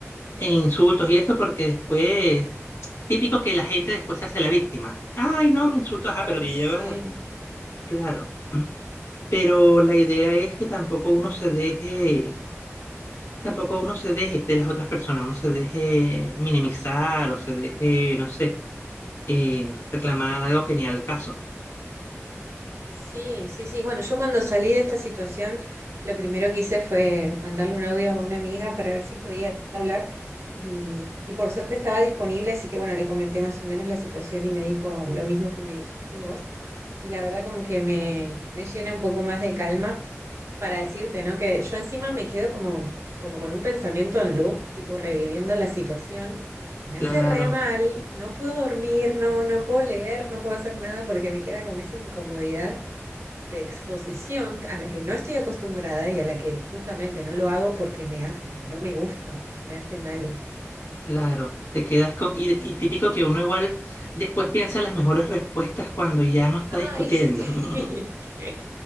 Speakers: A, on the left (about 65°); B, on the right (about 65°).
A: en insultos y eso, porque después, típico que la gente después se hace la víctima. Ay, no, me insultas, ah,
B: Ay,
A: pero te
B: sí.
A: llevas Claro, pero la idea es que tampoco uno se deje, tampoco uno se deje de las otras personas, uno se deje minimizar o se deje, no sé, eh, reclamar algo que ni al caso.
B: Sí, sí, sí. Bueno, yo cuando salí de esta situación, lo primero que hice fue mandarle un audio a una amiga para ver si podía hablar y, y por suerte estaba disponible, así que bueno, le comenté más o menos la situación y me dijo lo mismo que me dijiste vos. Y la verdad como que me, me llena un poco más de calma para decirte, ¿no? Que yo encima me quedo como, como con un pensamiento en loop, tipo reviviendo la situación, que me hace
A: Claro,
B: re mal, no puedo dormir, no, no puedo leer, no puedo hacer nada porque me queda como esa incomodidad de exposición a la que no estoy acostumbrada y a la que justamente no lo hago porque me ha- no me gusta, me hace mal.
A: claro, te quedas con... Y, y típico que uno igual después piensa las mejores respuestas cuando ya no está
B: Ay,
A: discutiendo.
B: sí.
A: <laughs>
B: <laughs> Qué